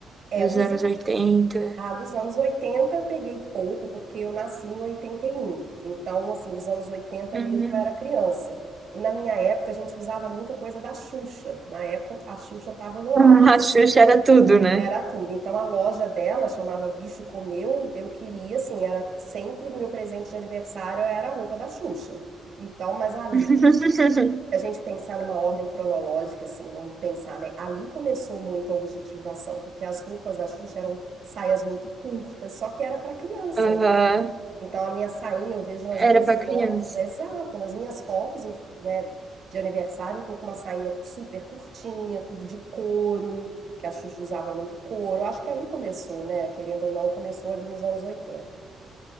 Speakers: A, on the right; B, on the right.
A: é,
B: dos
A: dos,
B: anos
A: an-
B: oitenta?
A: ah, dos anos 80 eu peguei pouco, porque eu nasci em 81. Então, assim, os anos oitenta
B: Uhum.
A: mesmo eu era criança. E na minha época a gente usava muita coisa da Xuxa. Na época a Xuxa tava no auge.
B: <laughs> A Xuxa era tudo, né?
A: Era tudo. Então a loja dela chamava Bicho Comeu. Eu queria, assim, era sempre meu presente de aniversário era a roupa da Xuxa. Então, mas ali,
B: <laughs>
A: a gente pensar numa ordem cronológica, assim, vamos pensar, né? Ali começou muito a objetivação, porque as roupas da Xuxa eram saias muito curtas, só que era para criança,
B: Aham,
A: então a minha sainha eu vejo nas minhas
B: Era pra criança.
A: fotos, é exato, nas minhas fotos, em- né, de aniversário eu tô com uma sainha super curtinha, tudo de couro, que a Xuxa usava muito couro. Eu acho que ali começou, né? Querendo ou não, começou ali nos anos oitenta.